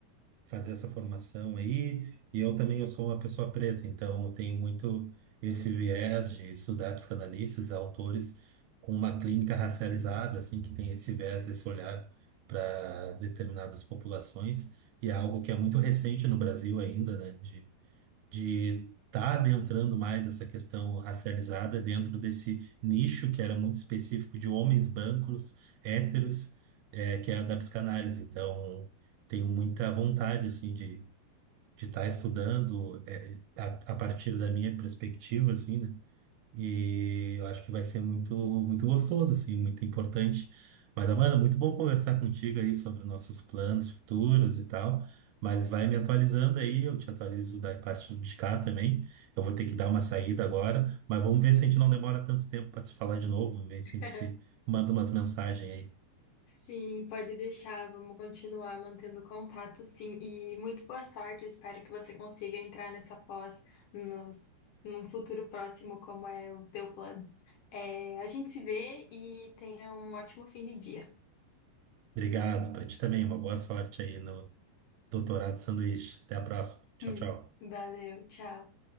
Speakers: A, on the right (about 80°); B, on the left (about 70°).
A: fazer essa formação aí. E eu também eu sou uma pessoa preta, então eu tenho muito esse viés de estudar psicanalistas, autores com uma clínica racializada, assim, que tem esse viés, esse olhar para determinadas populações. E é algo que é muito recente no Brasil ainda, né? de estar adentrando mais essa questão racializada dentro desse nicho que era muito específico de homens brancos, héteros, é, que é a da psicanálise. Então, tenho muita vontade, assim, de de estar estudando é, a, a partir da minha perspectiva, assim, né? E eu acho que vai ser muito, muito gostoso, assim, muito importante. Mas, Amanda, muito bom conversar contigo aí sobre nossos planos futuros e tal. Mas vai me atualizando aí, eu te atualizo da parte de cá também. Eu vou ter que dar uma saída agora, mas vamos ver se a gente não demora tanto tempo para se falar de novo, ver se
B: <laughs>
A: a gente se manda umas mensagens aí.
B: Sim, pode deixar. Vamos continuar mantendo contato, sim. E muito boa sorte. Eu Espero que você consiga entrar nessa pós nos, num futuro próximo, como é o teu plano. É, a gente se vê e tenha um ótimo fim de dia. <laughs>
A: Obrigado, para ti também, uma boa sorte aí no doutorado sanduíche. Até a próxima. Tchau,
B: Hum,
A: tchau.
B: Valeu, tchau.